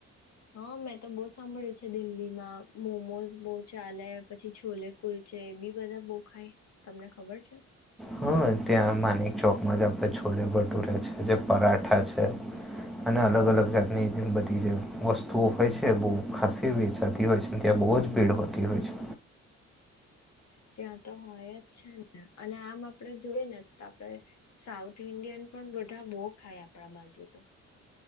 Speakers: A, on the left (about 60°); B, in the centre.
A: હા મેંતો બહુ સાંભળ્યું છે, દિલ્હીમાં મોમોઝ બહુ ચાલે પછી છોલે. કુલચે એબી બધા બોવ ખાય તમને ખબર છે.
B: હા ત્યાં માનિકચોકમાં જ આપણે છોલે ભટુરે છે, જે પરાઠા છે. અને અલગ અલગ જાતની બધી જે વસ્તુઓ હોય છે, બહુ ખાસસી વેચાતી હોય છે. ત્યાં બહુ
A: હમ
B: જ ભીડ
A: હમ
B: હોતી હોય છે.
A: ત્યાં તો હોય જ છે, ને અને આમ આપડે જોઈએ, ને આપડે સાઉથ ઇન્ડિયન પણ બધા બહુ ખાય આપણા બાજુ તો,